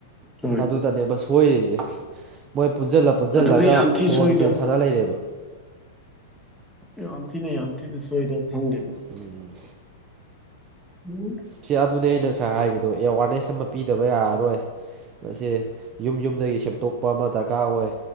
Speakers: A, in the centre; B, on the right.
A: ꯍꯣꯏ
B: ꯑꯗꯨꯇꯅꯦꯕ ꯁꯣꯏꯔꯤꯁꯦ ꯃꯣꯏ ꯄꯨꯟꯁꯤꯜꯂ ꯄꯨꯟꯁꯤꯜꯂꯒ
A: ꯑꯗꯨꯗꯤ ꯌꯥꯝ ꯊꯤ
B: ꯐꯣꯟ
A: ꯁꯣꯏꯗ
B: ꯒꯦꯝ ꯁꯥꯟꯅ ꯂꯩꯔꯦꯕ
A: ꯌꯥꯝꯇꯤꯅꯦ ꯌꯥꯝꯇꯅꯁꯨꯣꯏꯗ ꯊꯪꯒꯦꯗ
B: ꯎꯝ
A: ꯎꯝ
B: ꯁ ꯑꯗꯨꯅꯦ ꯑꯩꯅ ꯉꯁꯥꯏ ꯍꯥꯏꯕꯗꯣ ꯑꯦꯋꯥꯔꯅꯦꯁ ꯑꯃ ꯄꯤꯗꯕ ꯌꯥꯔꯔꯣꯏ ꯃꯁꯤ ꯌꯨꯝ ꯌꯨꯝꯗꯒꯤ ꯁꯦꯝꯗꯣꯛꯄ ꯑꯃ ꯗꯔꯀꯥꯔ ꯑꯣꯏ